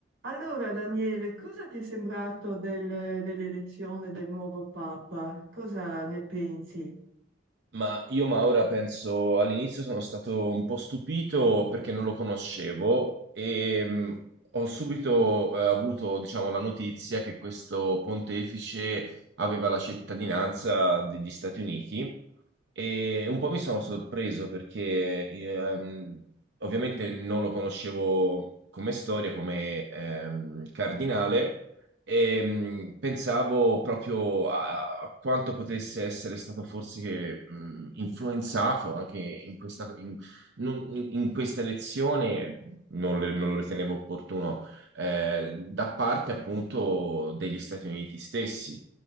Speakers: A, on the right; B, on the right.
A: Allora, Daniele, cosa ti è sembrato del- dell'elezione del nuovo Papa? Cosa ne pensi?
B: Ma io Maura penso all'inizio sono stato un po' stupito perché non lo conoscevo e mh, ho subito eh, avuto, diciamo, la notizia che questo pontefice aveva la cittadinanza degli Stati Uniti e un po' mi sono sorpreso perché ehm, ovviamente non lo conoscevo come storia, come ehm, cardinale, e mh, pensavo proprio a a quanto potesse essere stato forse mh, influenzato anche in questa, in, non- in- in questa elezione, non, le- non lo ritenevo opportuno, eh, da parte appunto degli Stati Uniti stessi.